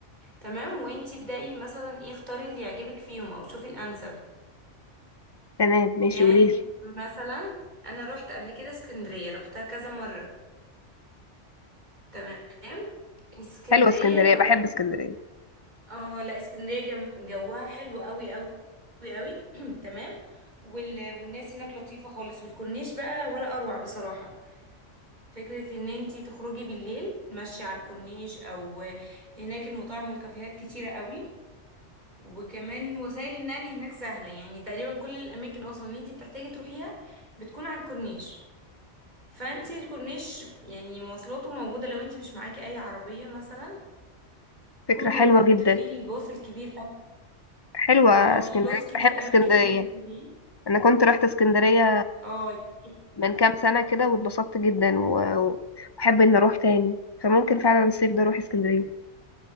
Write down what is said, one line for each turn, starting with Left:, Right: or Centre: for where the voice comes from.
Right: تمام وانتي ابدأي مثلا ايه اختاري اللي يعجبك فيهم او شوفي الانسب
Left: تمام ماشي
Right: يعني
Left: قوليلي
Right: مثلا انا روحت قبل كده اسكندرية روحتها كذا مرة تمام اسكندرية
Left: حلوه اسكندريه
Right: جو
Left: بحب اسكندريه
Right: اه لا اسكندرية جم... جوها حلو قوي قوي قوي قوي <clears throat> تمام وال... والناس هناك لطيفة خالص والكورنيش بقى ولا اروع بصراحة فكرة ان انتي تخرجي بالليل تمشي على الكورنيش او هناك المطاعم والكافيهات كتيرة قوي وكمان وسائل النقل هناك سهلة يعني تقريبا كل الأماكن أصلا اللي انتي بتحتاجي تروحيها بتكون على الكورنيش فانتي الكورنيش يعني مواصلاته موجودة لو انتي مش معاكي أي عربية مثلا
Left: فكره
Right: يكون موجود
Left: حلوه جدا
Right: في الباص الكبير أوي
Left: حلوه
Right: اه
Left: اسكندريه
Right: في باص كبير
Left: بحب اسكندريه
Right: أوي كده اللي هو بالليل.
Left: انا كنت رحت اسكندريه
Right: اه يعني
Left: من كام سنه كده واتبسطت جدا و- واحب ان اروح تاني فممكن فعلا الصيف ده اروح اسكندريه